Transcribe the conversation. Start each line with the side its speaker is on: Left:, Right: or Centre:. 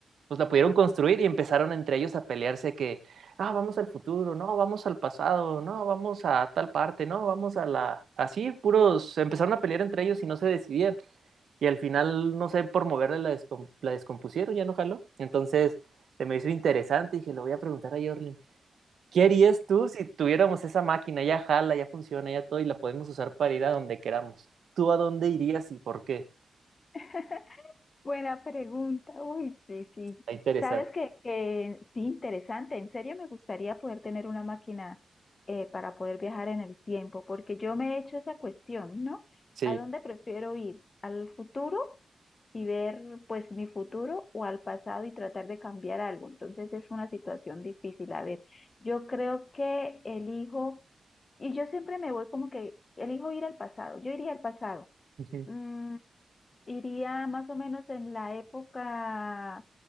Right: pues la pudieron construir y empezaron entre ellos a pelearse que, ah, vamos al futuro, no, vamos al pasado, no, vamos a tal parte, no, vamos a la... Así, puros, empezaron a pelear entre ellos y no se decidían. Y al final, no sé, por moverle la, descom- la descompusieron, ya no jaló. Entonces, se me hizo interesante y dije, lo voy a preguntar a Jorlin. ¿Qué harías tú si tuviéramos esa máquina? Ya jala, ya funciona, ya todo y la podemos usar para ir a donde queramos. ¿Tú a dónde irías y por qué?
Left: <laughs> Buena pregunta. Uy, sí, sí.
Right: Está interesante.
Left: Sabes que, que sí, interesante. En serio, me gustaría poder tener una máquina eh, para poder viajar en el tiempo, porque yo me he hecho esa cuestión, ¿no?
Right: Sí.
Left: ¿A dónde prefiero ir? ¿Al futuro y ver, pues, mi futuro o al pasado y tratar de cambiar algo? Entonces es una situación difícil. A ver, yo creo que elijo, y yo siempre me voy como que elijo ir al pasado. Yo iría al pasado
Right: Ujú.
Left: Mm, iría más o menos en la época